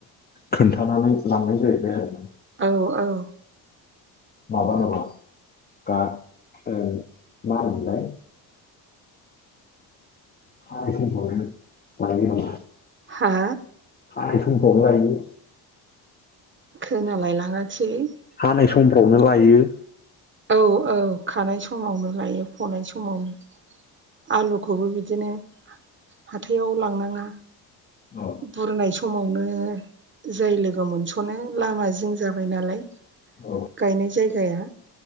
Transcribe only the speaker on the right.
औ औ।
हा?
खोनालाय लाङासैलै।
औ औ खानाय समावनो लायो फनाय समावनो। आलुखौबो बिदिनो हाथायाव लांनाङा।
बुरनाय समावनो जाय लोगो मोनस'नो लामा जिं जाबाय नालाय।
गायनाय जायगाया।